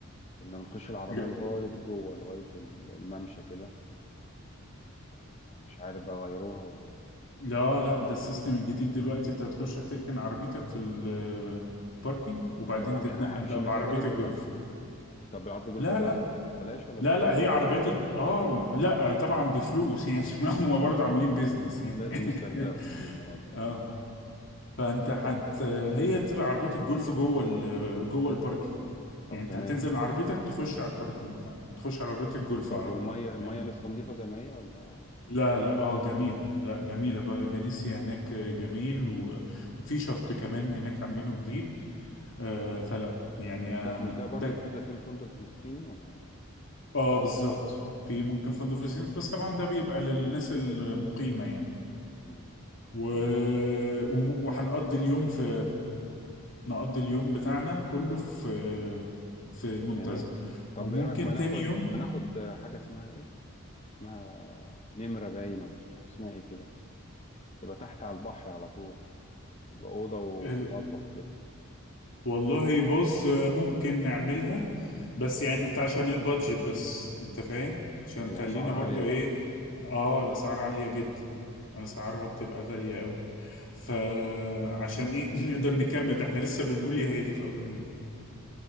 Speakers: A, on the left; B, on the left.
A: كنا بنخش العربية
B: لا
A: لغاية جوه لغاية ال- الممشى كده آه، فمش عارف بقى غيروها ولا ايه
B: لا لا، ده السيستم الجديد دلوقتي انت بتخش هتركن عربيتك في الباركينج وبعدين
A: طب هم-
B: تتنقل
A: همشي
B: بقى
A: المسافة
B: بعربية
A: دي كلها
B: الجولف
A: طب العرض الجولف
B: لا
A: ده
B: لا
A: بلاش ولا
B: لا
A: بفلوس
B: لا هي عربيات الج... اه لا طبعا بفلوس يعني <laughs> هم برضه عاملين بيزنس يعني
A: لازم
B: <laughs>
A: يسترزقوا يا ربي
B: اه فانت هت هي بتبقى عربيه الجولف جوه ال... جوه الباركينج
A: طب
B: يعني انت
A: تمام
B: هتنزل من عربيتك تخش على الباركينج تخش على عربيه الجولف
A: طب
B: على
A: والمية
B: طول
A: المية
B: فاهم
A: لسه نظيفة زي ما هي ولا
B: لا
A: باظت
B: لا اه جميله لا جميله بقى فينيسيا هناك جميل و... وفي شط كمان هناك عاملينه جديد آه فلا
A: مم.
B: يعني
A: مش
B: آه
A: ده مش ده
B: ده
A: برضو الفندق في الفندق الفلسطيني ولا
B: اه بالظبط في ممكن فندق في السيناء بس طبعا ده بيبقى للناس المقيمه يعني
A: مم.
B: و...
A: تمام
B: وم- وهنقضي اليوم في نقضي اليوم بتاعنا كله في في المنتزه
A: في هناك طب
B: وممكن
A: ايه رأيك ما ناخد
B: تاني يوم
A: ما ناخد حاجة اسمها ايه اسمها نمرة باين ولا مش عارف اسمها ايه كده تبقى تحت على البحر على طول تبقى أوضة ومطبخ
B: آه،
A: كده
B: والله بص آه، ممكن نعملها بس يعني انت عشان البادجت بس انت فاهم عشان
A: ايه
B: خلينا
A: أسعار عالية
B: برضو
A: بقى
B: ايه اه الاسعار عالية جدا اسعارها
A: مم.
B: بتبقى غالية قوي فعشان ايه <laughs> نقدر نكمل ده احنا لسه بنقول يا هادي في اول يوم
A: آه.